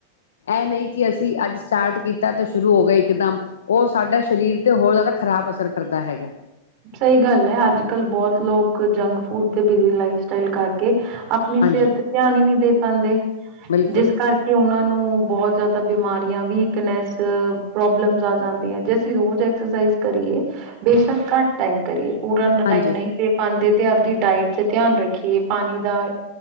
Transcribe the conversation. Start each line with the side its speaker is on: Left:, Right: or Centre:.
Left: ਇਹ ਨਹੀਂ ਕਿ ਅਸੀਂ ਅੱਜ ਸਟਾਰਟ ਕੀਤਾ ਤਾਂ ਸ਼ੁਰੂ ਹੋ ਗਿਆ ਇਕਦਮ ਉਹ ਸਾਡਾ ਸਰੀਰ ਤੇ ਹੋਰ ਜ਼ਿਆਦਾ ਖ਼ਰਾਬ ਅਸਰ ਕਰਦਾ ਹੈਗਾ
Right: ਸਹੀ ਗੱਲ ਹੈ ਅੱਜ ਕੱਲ ਬਹੁਤ ਲੋਕ ਜੰਕ ਫੂਡ ਤੇ ਬਿਜ਼ੀ ਲਾਈਫ ਸਟਾਈਲ ਕਰਕੇ ਆਪਣੀ
Left: ਹਾਂਜੀ
Right: ਸਿਹਤ ਤੇ ਧਿਆਨ ਹੀ ਨਹੀਂ ਦੇ ਪਾਉਂਦੇ
Left: ਬਿਲਕੁਲ
Right: ਜਿਸ ਕਰਕੇ ਉਹਨਾਂ ਨੂੰ ਬਹੁਤ ਿਆਦਾ ਬਿਮਾਰੀਆਂ ਵੀਕਨਸ ਪ੍ਰੋਬਲਮਸ ਆ ਜਾਂਦੀਆਂ ਜੇ ਅਸੀਂ ਰੋਜ਼ ਐਕਸਰਸਾਈਜ਼ ਕਰੀਏ ਬੇਸ਼ੱਕ ਘੱਟ ਟੈਮ ਕਰੀ ਏ ਪੂਰਾ
Left: ਹਾਂਜੀ
Right: ਟਾਈਮ ਨਹੀਂ ਦੇ ਪਾਉਂਦੇ ਤੇ ਆਪਦੀ ਡਾਇਟ ਤੇ ਧਿਆਨ ਰੱਖੀਏ ਪਾਣੀ ਦਾ